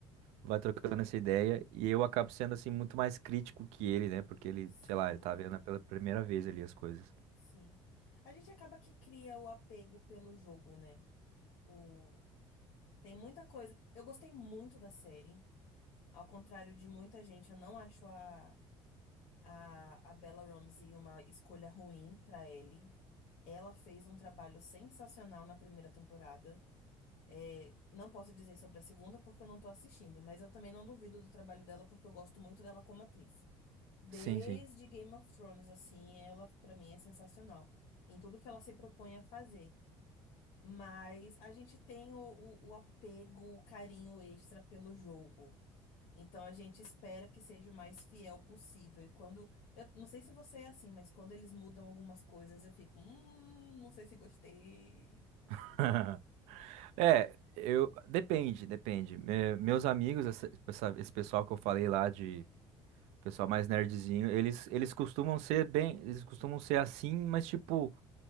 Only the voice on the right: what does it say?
vai trocando essa ideia e eu acabo sendo assim muito mais crítico que ele, né? Porque ele,
sei lá, ele tá vendo pela primeira vez ali as coisas.
Sim, sim.
<laughs> É, eu depende, depende. Me- meus amigos, essa- essa- esse pessoal que eu falei lá de pessoal mais nerdzinho, eles eles costumam ser bem, eles costumam ser assim, mas tipo